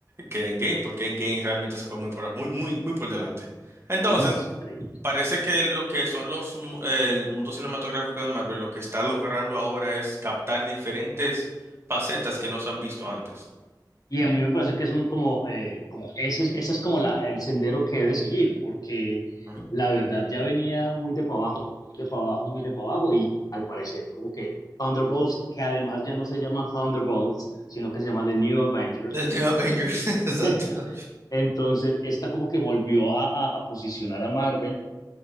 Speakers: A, on the right (about 35°); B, on the left (about 55°).
A: que en game, porque en game realmente se fue muy por muy muy muy por delante. Entonces
B: No, es increíble.
A: Parece que lo que son los, mu- el mundo cinematográfico de Marvel, lo que está logrando ahora es captar diferentes facetas que no se han visto antes.
B: Y a mí me parece que es un como, eh, como ese, es- ese es como la, el sendero que debe seguir, porque
A: Ujú.
B: la verdad ya venía muy de para abajo, de para abajo, muy de para abajo, y al parecer como que Thunderbolts, que además ya no se llama Thunderbolts, sino que se llama The New Avengers,
A: De New Avengers, <laughs>
B: <laughs>
A: exacto.
B: entonces esta como que volvió a, a, a posicionar a Marvel,